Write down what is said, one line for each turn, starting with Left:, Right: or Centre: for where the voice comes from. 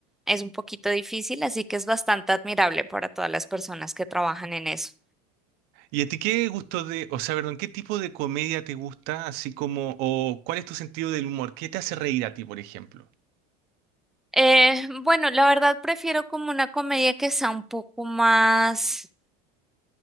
Centre: es un poquito difícil, así que es bastante admirable para todas las personas que trabajan en eso.
Right: ¿Y a ti qué gusto de, o sea, perdón, qué tipo de comedia te gusta, así como, o cuál es tu sentido del humor? ¿Qué te hace reír a ti, por ejemplo?
Centre: Eh, bueno, la verdad prefiero como una comedia que sea un poco más